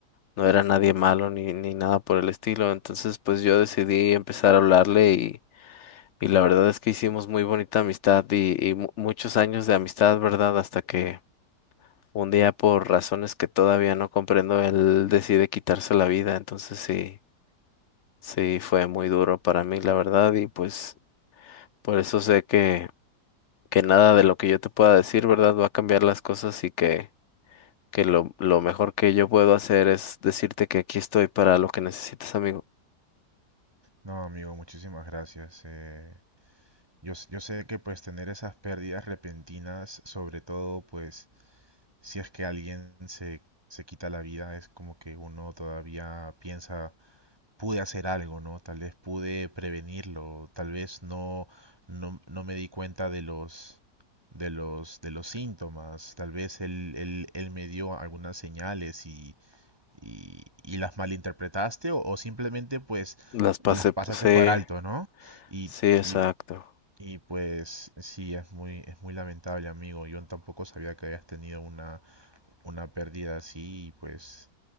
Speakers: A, on the left; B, on the right.
A: no era nadie malo ni, ni nada por el estilo. Entonces, pues yo decidí empezar a hablarle y, y la verdad es que hicimos muy bonita amistad y, y mu- muchos años de amistad, ¿verdad? Hasta que un día, por razones que todavía no comprendo, él decide quitarse la vida. Entonces, sí, sí, fue muy duro para mí, la verdad, y pues por eso sé que, que nada de lo que yo te pueda decir, ¿verdad? Va a cambiar las cosas y que... que lo, lo mejor que yo puedo hacer es decirte que aquí estoy para lo que necesites, amigo.
B: No, amigo, muchísimas gracias. eh, yo, s- yo sé que pues tener esas pérdidas repentinas, sobre todo pues si es que alguien se, se quita la vida, es como que uno todavía piensa pude hacer algo, ¿no? Tal vez pude prevenirlo, tal vez no, no, no me di cuenta de los, de los, de los síntomas, tal vez él, él, él me dio algunas señales y, y, y las malinterpretaste o, o simplemente pues
A: Las pasé,
B: las pasaste
A: sí,
B: por alto, ¿no? Y,
A: sí, exacto.
B: y, y pues sí, es muy, es muy lamentable, amigo. Yo tampoco sabía que habías tenido una, una pérdida así y pues